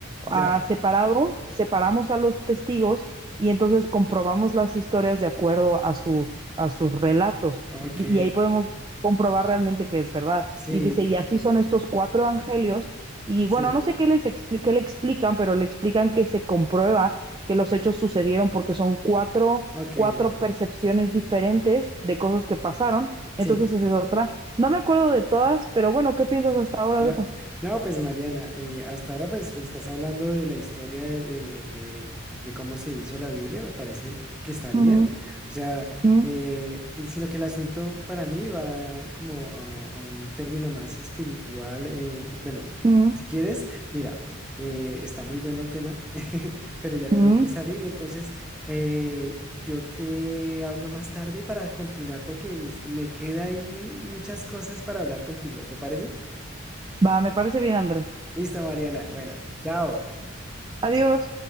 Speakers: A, in the centre; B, on the right.
A: ya,
B: a separado, separamos a los testigos y entonces comprobamos las historias de acuerdo a sus, a sus relatos.
A: ok,
B: Di- Y ahí podemos comprobar realmente que es verdad.
A: sí,
B: Y dice, y así son estos cuatro evangelios. Y
A: sí,
B: bueno, no sé qué les expli qué le explican, pero le explican que se comprueba que los hechos sucedieron porque son cuatro,
A: ok,
B: cuatro percepciones diferentes de cosas que pasaron.
A: sí.
B: Entonces esa es otra. No me acuerdo de todas, pero bueno, ¿qué piensas hasta ahora
A: Va-
B: de eso?
A: No, pues Mariana, eh, hasta ahora pues me estás hablando de la historia de, de- de- de cómo se hizo la Biblia, me parece que está bien,
B: Uh -huh,
A: o sea,
B: uh
A: eh, eh, sino que el asunto para mí va como a, a un término más espiritual, eh, bueno,
B: -huh,
A: si quieres, mira, eh, está muy bueno el tema, <laughs> pero ya tengo
B: uh -huh.
A: que salir, entonces eh, yo te hablo más tarde para continuar porque me queda ahí muchas cosas para hablar contigo, ¿te parece?
B: Va, me parece bien, Andrés.
A: Listo, Mariana. Bueno, chao.
B: Adiós.